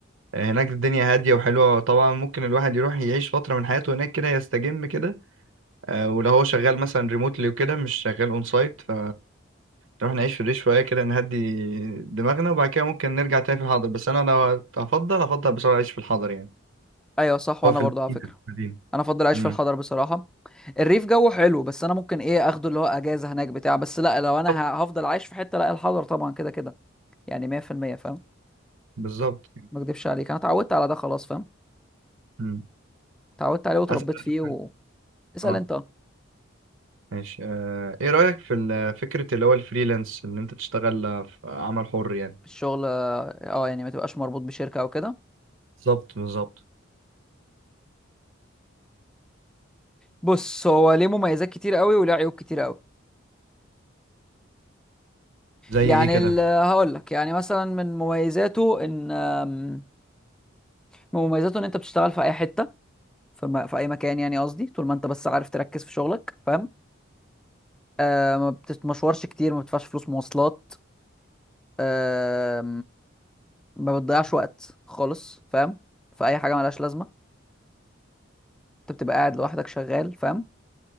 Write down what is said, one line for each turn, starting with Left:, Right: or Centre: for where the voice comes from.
Right: آه، هناك الدنيا هاديه وحلوه طبعا ممكن الواحد يروح يعيش فتره من حياته هناك كده يستجم كده آه، ولو هو شغال مثلا ريموتلي وكده مش شغال اون سايت ف نروح نعيش في الريف شويه كده نهدي دماغنا وبعد كده ممكن نرجع تاني في الحاضر بس انا لو هفضل هفضل بصراحه اعيش في الحاضر يعني
Centre: ايوه صح وانا
Right: هو في
Centre: برضه
Right: المدينة
Centre: على فكرة
Right: في المدينة
Centre: انا افضل اعيش
Right: امم
Centre: في الحضر بصراحة الريف جو حلو بس انا ممكن ايه اخده اللي هو اجازة هناك بتاع بس لا لو انا
Right: بالظبط
Centre: ه- هفضل عايش في حتة لا الحضر طبعا كده كده يعني 100% فاهم
Right: بالظبط.
Centre: ما اكدبش عليك انا اتعودت على ده خلاص فاهم
Right: امم
Centre: اتعودت عليه واتربيت
Right: أسأل
Centre: فيه و... اسأل
Right: اه
Centre: انت
Right: ماشي آه. ايه رأيك في ال- فكرة اللي هو الفريلانس ان انت تشتغل في عمل حر يعني
Centre: الشغل اه يعني ما تبقاش مربوط بشركة او كده
Right: بالظبط بالظبط
Centre: بص هو ليه مميزات كتير قوي وليه عيوب كتير قوي
Right: زي
Centre: يعني
Right: ايه كده
Centre: ال- هقول لك يعني مثلا من مميزاته ان آم، من مميزاته ان انت بتشتغل في اي حته في, م... في اي مكان يعني قصدي طول ما انت بس عارف تركز في شغلك فاهم آه ما بتتمشورش كتير ما بتدفعش فلوس مواصلات آه ما بتضيعش وقت خالص فاهم في اي حاجه ملهاش لازمه انت بتبقى قاعد لوحدك شغال فاهم